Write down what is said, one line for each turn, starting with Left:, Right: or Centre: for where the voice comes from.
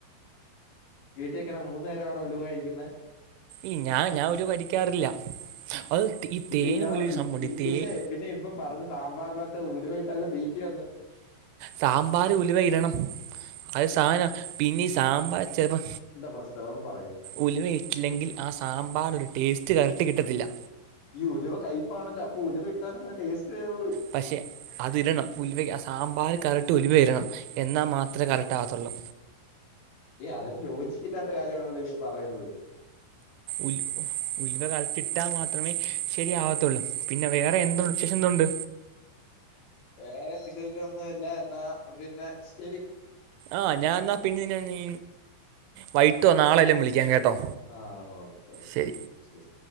Left: വീട്ടിൽഎങ്ങനെ മൂന്നു നേരമാണോ ഉലുവ കഴിക്കുന്നത്
Right: ഈ ഞാൻ ഞാൻ ഉലുവ കഴിക്കാറില്ല അത് ഈ
Left: പിന്നെ
Right: തേൻ
Left: ഇയാൾ
Right: ഉലുവ ഒരു സംഭവം ഉണ്ട്
Left: പിന്നെ
Right: തേൻ
Left: പിന്നെ ഇപ്പൊ പറഞ്ഞു സാമ്പാറിനകത്ത് ഉലുവയിട്ടങ്ങ് തീറ്റിയാന്ന്
Right: സാമ്പാറിൽ ഉലുവ ഇടണം അത് സാധനം പിന്നീ സാമ്പാർ ചെലപ്പോ
Left: ഫസ്റ്റ് അതൊന്ന് പറയോ
Right: ഉലുവയിട്ടില്ലെങ്കിൽ ആ സാമ്പാർ ഒരു ടേസ്റ്റ് കറക്റ്റ് കിട്ടത്തില്ല.
Left: ഈ ഉലുവ കയ്പ്പാണല്ലോ അപ്പോ ഉലുവ ഇട്ടാൽ എങ്ങനെ ടേസ്റ്റ് വരുന്നത്
Right: പക്ഷേ അതിടണം ഉലുവ ആ സാമ്പാർ കറക്റ്റ് ഉലുവ ഇടണം എന്നാൽ മാത്രമേ കറക്റ്റ് ആകത്തുള്ളൂ.
Left: ഏ അതൊരു ലോജിക്ക് ഇല്ലാത്ത കാര്യമാണല്ലോ ഈ പറയുന്നത്.
Right: ഉൽ ഉൽവ കറക്റ്റ് ഇട്ടാൽ മാത്രമേ ശരിയാവത്തുള്ളു. പിന്നെ വേറെ എന്ത്‌ വിശേഷം എന്തുണ്ട്
Left: വേറെ വിശേഷം ഒന്നും ഇല്ല എന്നാ പിന്നെ ശരി
Right: ആഹ് ഞാൻ എന്നാൽ പിന്നെ നിന്നെ വൈകിട്ടോ നാളെ വല്ലോം വിളിക്കാം കേട്ടോ.
Left: ആഹ ഓക്കേ ഓക്കേ
Right: ശരി
Left: ശരി.